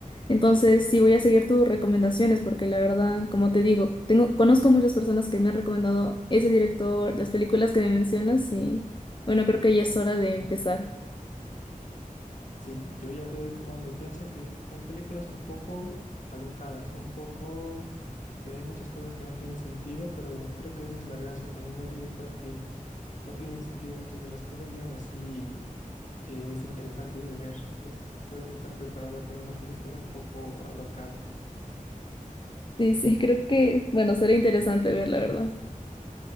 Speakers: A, on the left; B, on the left.
A: Entonces, sí voy a seguir tus recomendaciones porque la verdad, como te digo, tengo, conozco muchas personas que me han recomendado ese director, las películas que me mencionas y bueno, creo que ya es hora de empezar.
B: Sí, yo ya te doy como advertencia que son películas un poco alocadas, un poco que hay muchas cosas que no tienen sentido, pero creo que esa es la gracia también del director, que no tienen sentido muchas de las cosas y aún así eh, es interesante de ver. Entonces puedes estar preparada para una película un poco alocada.
A: Sí, sí, creo que, bueno, será interesante ver, la verdad.